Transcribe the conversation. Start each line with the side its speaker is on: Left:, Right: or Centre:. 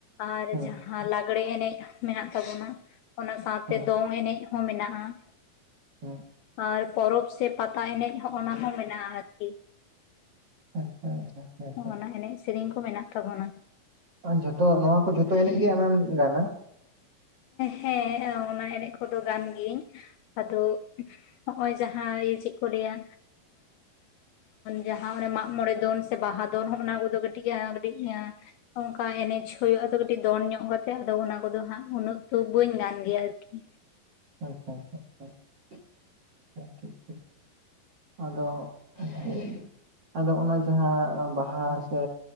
Left: ᱟᱨ
Right: ᱦᱮᱸ
Left: ᱡᱟᱦᱟᱸ ᱞᱟᱜᱽᱲᱮ ᱮᱱᱮᱡ ᱢᱮᱱᱟᱜ ᱛᱟᱵᱚᱱᱟ, ᱚᱱᱟ ᱥᱟᱶᱛᱮ
Right: ᱦᱮᱸ
Left: ᱫᱚᱝ ᱮᱱᱮᱡᱼᱼ ᱦᱚᱸ ᱢᱮᱱᱟᱜᱼᱟ ᱾
Right: ᱦᱸ <unintelligible>
Left: ᱟᱨ ᱯᱚᱨᱚᱵᱽ ᱥᱮ ᱯᱟᱛᱟ ᱮᱱᱮᱡ ᱦᱚᱸ ᱚᱱᱟ ᱦᱚᱸ ᱢᱮᱱᱟᱜᱼᱟ ᱟᱨᱠᱤᱼᱼ
Right: ᱦᱮᱸ ᱟᱪᱪᱷᱟ ᱟᱪᱪᱷᱟ
Left: ᱱᱚᱜᱼᱱᱟ ᱮᱱᱮᱡ ᱥᱮᱨᱮᱧ ᱠᱚ ᱢᱮᱱᱟᱜ ᱛᱟᱵᱚᱱᱟ ᱾
Right: ᱟᱨ ᱡᱷᱚᱛᱚ ᱱᱚᱣᱟ ᱠᱚ ᱡᱷᱚᱛᱚ ᱮᱱᱮᱡ ᱜᱮ ᱟᱢᱮᱢ ᱜᱟᱱᱟᱢ?
Left: ᱦᱮᱸ ᱚᱱᱟ ᱮᱱᱮᱡ ᱠᱚᱫᱚ ᱜᱟᱱ ᱜᱤᱭᱟᱹᱧ ᱾ ᱟᱫᱚ ᱦᱚᱜᱼᱚᱭ ᱡᱟᱦᱟᱸ ᱤᱭᱟᱹ ᱪᱮᱫ ᱠᱚ ᱞᱟᱹᱭᱟᱼᱼ ᱡᱟᱦᱟᱸ ᱚᱱᱮ ᱢᱟᱜ ᱢᱚᱬᱮ ᱫᱚᱱ ᱥᱮ ᱵᱟᱦᱟ ᱫᱚᱱ ᱦᱚᱸ ᱚᱱᱟ ᱠᱚᱫᱚ ᱠᱟᱹᱴᱤᱡᱟ ᱠᱟᱹᱴᱤᱡᱼᱼ ᱚᱱᱠᱟ ᱮᱱᱮᱡ ᱦᱩᱭᱩᱜᱼᱟ ᱛᱚ ᱠᱟᱹᱴᱤᱡ ᱫᱚᱱ ᱧᱚᱜ ᱠᱟᱛᱮᱜ ᱟᱫᱚ ᱚᱱᱟ ᱠᱚᱫᱚ ᱦᱟᱸᱜ, ᱩᱱᱟᱹᱜ ᱛᱚ ᱵᱟᱹᱧ ᱜᱟᱱ ᱜᱮᱭᱟ ᱟᱨᱠᱤ ᱾
Right: ᱟᱪᱪᱷᱟ ᱟᱪᱪᱷᱟ ᱟᱪᱪᱷᱟ <unintelligible> ᱴᱷᱤᱠ-ᱴᱷᱤᱠ ᱟᱫᱚ <unintelligible> ᱟᱫᱚ ᱚᱱᱟ ᱡᱟᱦᱟᱸ ᱵᱟᱦᱟ ᱥᱮᱼᱼ